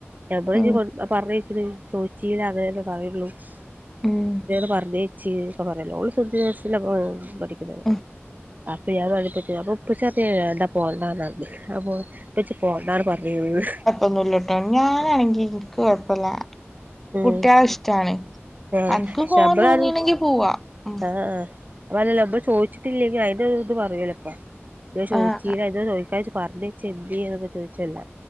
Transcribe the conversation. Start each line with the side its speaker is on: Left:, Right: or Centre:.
Right: ഞമ്മള്ഞ്ഞ്
Centre: ഉം
Right: പറഞ്ഞയച്ചില്ലെങ്കി ചോയിച്ചീല്ല അതെന്നെ പറയൊള്ളൂ എന്തിനേട്
Centre: ഉം
Right: പറഞ്ഞയച്ച് ഒക്കെ പറയലോ ഓള് ശുദ്ധ <unintelligible> പഠിക്കുന്നത്
Centre: ഉം
Right: അപ്പ ഞാൻ പറഞ്ഞ് ഇപ്പച്ചിനോട് അപ്പം ഇപ്പച്ചി പർഞ്ഞ് വേണ്ട പോവണ്ടാന്നർഞ്ഞ് അപ്പൊ ഇപ്പച്ചി പോണ്ടാന്ന് പറഞ്ഞ്ന്ന്
Centre: ഒന്നുല്ല ട്ടോ ഞാനാണെങ്കി ഇൻക്ക് കൊഴപ്പല്ല
Right: ഉം
Centre: കുട്യാളെ ഇഷ്ടാണ്
Right: ആഹ്
Centre: അൻക്ക് പോവാൻ
Right: ശമ്പളാണ്
Centre: തോന്നിണെങ്കി പോവാ ഉം
Right: ആഹ് ആഹ് അതല്ല ഇബൻ ചോയിച്ചിട്ടില്ലെങ്കിൽ അയിന് ഇത് പറയോലപ്പ ന്തേ ചോയിച്ചീലാ
Centre: ആഹ്
Right: എന്തേ ചോ ട്ക്കാ ജ്ജ് പറഞ്ഞെയ്ച്ചേ എന്തീ ന്നൊക്കെ ചോയിച്ചല്ല